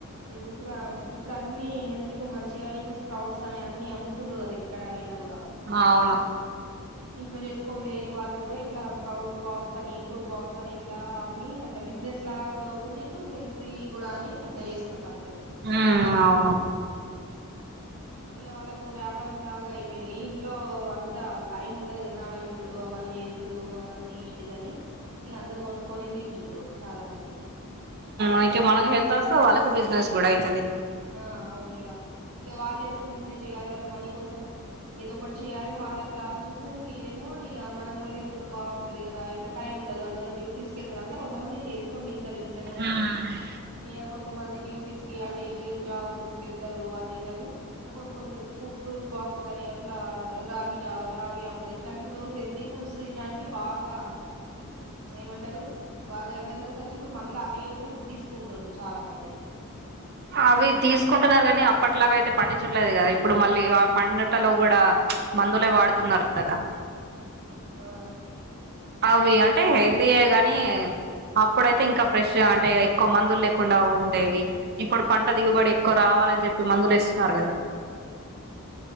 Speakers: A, on the right (about 80°); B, on the right (about 45°).
A: ఇప్పుడ ఇప్పుడు అన్ని హెల్త్ కు మంచి కానీ ఇప్పుడు స్ప్రౌట్స్ కని అన్ని అమ్ముతుండ్రు కదా ఇక్కడ అయినా కూడా
B: అవును
A: ఇంట్లో చేసుకోని లేని వాళ్ళ కూడా ఇట్లా స్ప్రొట్ట్స్ బాక్ అని ఫ్రూట్ బాక్స్ అని ఇట్లా అమ్మి అట్లా బిజినెస్ లా కూడా అవుతుంది ఇటు హెల్త్ కూడా అని ఇలా చేస్తున్నాన్
B: ఉ అవును
A: ఇగ వాళ్ళకు ఒక వ్యాపారం లాగా అయిపో పెనిగే ఇంట్లో అంత టైం ఉండదు కద నానబెట్టుడు అవన్నీ చేసుడు అవన్నీ ఏంటిదని ఇగ అందరు కొనుక్కొనే తింటుండ్రు చాలా మంది
B: అయితే మనగ హెల్త్ వస్తా వాలక్ బిజినెస్ కూడ అయితది
A: ఆ అవును ఇగ ఇంక వాళ్ళేమో బిజినెస్ చేయాలి వాళ్ళ మనీ కోసం ఏదో ఒకటి చేయాలిని వాళ్ళు అట్లా ఆలోచిస్తే వీళ్ళేమో ఇగ మనం కూడా హెల్త్ బాగుంటది కదా ఇట్లా టైం ఉండదు అందరు డ్యుటీస్ వెళ్తార అంట కొంతమంది చేసుకొని తీన్ ఇంట్లోనే గని
B: ఉమ్
A: ఇగ కొంతమంది డ్యూటీస్ కి అటు ఇటు జాబ్లు కెళ్తారు అది ఇదని అట్ల కొనుండి ఫ్రూట్ బాక్స్ అని అట్లా రాగి జావ రాగి అంబలి ఇట్లాంటి ఇప్పుడు హెల్దీ ఫుడ్స్ తినడానికి బాగా ఏమంటారు బాగా అవేర్నెస్ వచ్చి ఇప్పుడు మళ్ళీ అవే ఫుడ్ తీసుకుంటరు చాలా మంది అవు
B: అవి తీసుకుంటున్నారు గాని అప్పట్లాగ అయితే పండించట్లేదు కదా ఇప్పుడు మళ్ళీ ఆ పండిటల్లో కూడా మందులే వాడుతున్నారు కదా
A: ఆ
B: అవి అంటే హెల్దీయే గానీ అప్పుడైతే ఇంకా ఫ్రెష్ అంటే ఎక్కువ మందులు లేకుండా ఉండేవి ఇప్పుడు పంట దిగుబడి ఎక్కువ రావ కావాలని చెప్పి మందులు ఇస్తున్నారు కదా